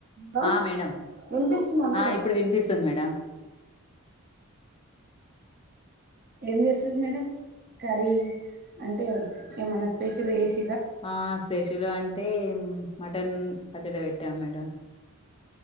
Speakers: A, on the right; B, on the left.
A: హలో
B: ఆ మేడం
A: వినిపిస్తుందా
B: ఆ
A: మేడం
B: ఇప్పుడు వినిపిస్తుంది మేడం
A: ఏం చేస్తుది మేడం కర్రీ అంటే ఏమన్నా స్పెషల్ చే
B: ఆ సెషలో అంటే మటన్ పచ్చడి పెట్టాము మేడం